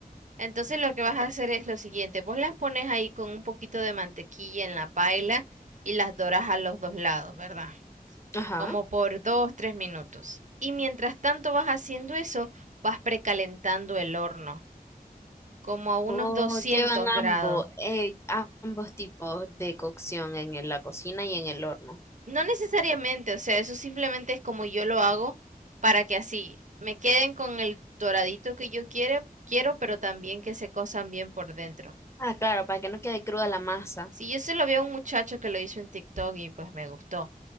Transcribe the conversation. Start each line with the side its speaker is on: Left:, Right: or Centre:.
Right: Entonces lo que vas a hacer es lo siguiente, vos las pones ahí con un poquito de mantequilla en la paila y las doras a los dos lados, ¿verdad?
Left: Ajá.
Right: Como por dos, tres minutos. Y mientras tanto vas haciendo eso, vas precalentando el horno, como a unos
Left: O
Right: 200
Left: llevan ambos,
Right: grados.
Left: eh, ambos tipos de cocción en el- la cocina y en el horno.
Right: No necesariamente, o sea, eso simplemente es como yo lo hago para que así me queden con el doradito que yo quiero, quiero, pero también que se cosan bien por dentro.
Left: Ah, claro, para que no quede cruda la masa.
Right: Si yo se lo vi a un muchacho que lo hizo en TikTok y pues me gustó.